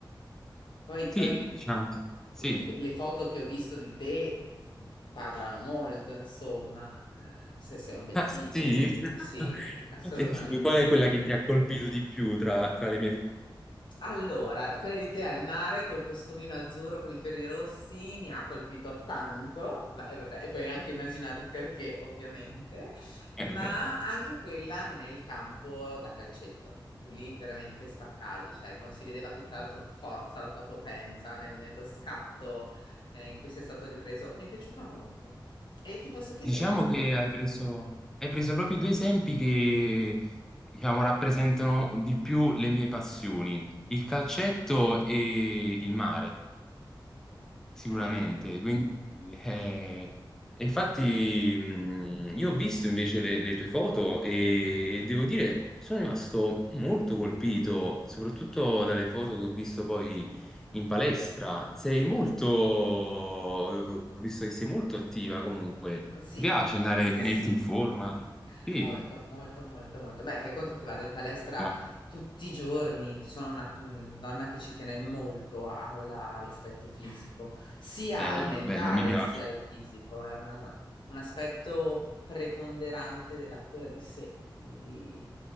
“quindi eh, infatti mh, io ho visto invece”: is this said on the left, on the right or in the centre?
Centre